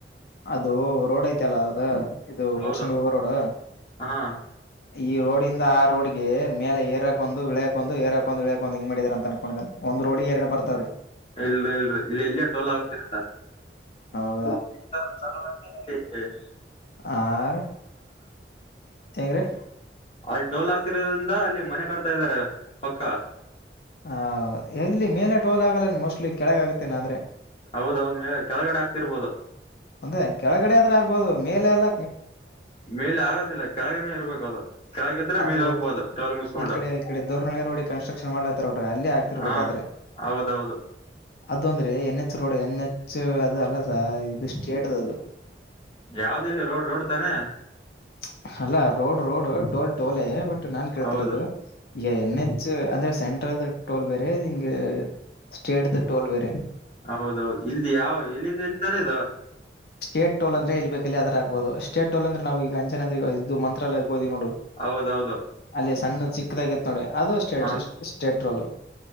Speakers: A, on the left; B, on the left.
A: ಅದು ರೋಡ್ ಐತ ಅಲ್ಲ ಅದದ. ಇದು
B: ಹೌದು
A: ಊರ್ಸುಂಡಿ ಹೋಗರೋಡ.
B: ಹಾ
A: ಈ ರೋಡಿಂದ ಆ ರೋಡ್ಗೆ ಮೇಲೆ ಏರಾಕ ಒಂದು ಇಳ್ಯಕೊಂಡ್ ಏರಾಕೊಂದು ಇಳ್ಯಕಂದು ಹಿಂಗ ಮಾಡಿದಾರ ಅಂತ ಅನ್ಕೊಂಡಿದೆ ಒಂದ್ ರೋಡ್ಗೆ ಎರಡು ಬರ್ತವ್ರಿ.
B: ಇಲ್ ಇಲ್ರಿ ಇಲ್ಲೆ ಟೋಲ್ ಆಗುದತ್ತ.
A: ಹೌದು.
B: <unintelligible>
A: ಆರ್ ಹೆಂಗ್ರಿ
B: ಅಲ್ಲಿ ಟೋಲ್ ಆಗ್ತಿರೋದ್ರಿಂದ ಅಲ್ಲಿ ಮನೆ ಕಟ್ತಾ ಇದ್ದಾರೆ ಪಕ್ಕ.
A: ಹ ಎಲ್ಲಿ ಮೇಲೆ ಟೋಲ್ ಆಗಲಿನ್ನ ಮೋಸ್ಟ್ಲಿ ಕೆಳಗ ಆಗುತ್ತೇನ ಆದ್ರೆ.
B: ಹೌದೌದ ಮೇ ಕೆಳಗಡೆ ಆಗ್ತಿರ್ಬೋದು.
A: ಅಂದ್ರೆ ಕೆಳಗಡೆ ಆದ್ರೆ ಆಗ್ಬೋದು ಮೇಲೆ ಅಲ್ಲ.
B: ಮೇಲೆ ಆಗೋದಿಲ್ಲ ಕೆಳಗನೇ ಇರ್ಬೇಕು ಅದು. ಕೆಳಗಿದ್ರೆ
A: ಅದು
B: ಮೇಲೆ ಹೋಗ್ಬೋದು ಟೋಲ್ ಮುಸ್ಕೊಂಡು
A: ಈ ಕಡೆ ಈ ಕಡೆ ದೋರ್ನಳೆ ರೋಡಿಗೆ ಕನ್ಸ್ಟ್ರಕ್ಷನ್ ಮಾಡ್ಲತಾರೋಡ್ರೆ ಅಲ್ಲೇ ಆಗ್ತಿರ್ಬೋದು
B: ಹಾ
A: ಆದ್ರೆ
B: ಹೌದೌದು
A: ಅದು ಅಂದ್ರೆ ಎನ್. ಚ್ ರೋಡ್ ಎನ್ ಹೆಚ್ ಅದು ಅಲ್ಲ ಸ ಇದು ಸ್ಟೇಟ್ದ ಅದು.
B: ಯಾವ್ದಲ್ಲಿ ರೋಡ್ ರೋಡ್ ತಾನೆ.
A: ಚ ಅಲ್ಲ ರೋಡ್ ರೋಡ್ ಟೋಲ್ ಟೋಲೆ ಬಟ್. ನಾನ್ ಕೇಳ್ತಿರೋದು.
B: ಹೌದು
A: ಎನ್ ಹೆಚ್ ಅಂದ್ರೆ ಸೆಂಟ್ರಲ್ ಟೋಲ್ ಬೇರೆ ಹಿಂಗ ಸ್ಟೇಟ್ ದ ಟೋಲ್ ಬೇರೆ.
B: ಹೌದೌದು ಇಲ್ದ ಯಾವ ಎಲ್ಲಿಂದ ಇಲ್ತಾನೆ ಇದು.
A: ಸ್ಟೇಟ್ ಟೋಲ್ ಅಂದ್ರೆ ಎಲ್ಲ ಬೇಕು ಅಲ್ಲಿ ಹಾಕ್ಬೋದು ಸ್ಟೇಟ್ ಟೋಲ್ ಅಂದ್ರೆ ಈಗ ಅಂಜನಾದ್ರಿ ಇದು ಮಂತ್ರಾಲಯ. ಹೋದ್ವಿ ನೋಡು
B: ಹೌದೌದು
A: ಅಲ್ಲೇ ಸಣ್ಣ. ಚಿಕ್ಕಾಗಿತ್ತು ನೋಡಿ. ಅದು ಸ್ಟೇಟ್-ಸ್ಟ್
B: ಹ
A: -ಸ್ಟೇಟ್. ಟೋಲು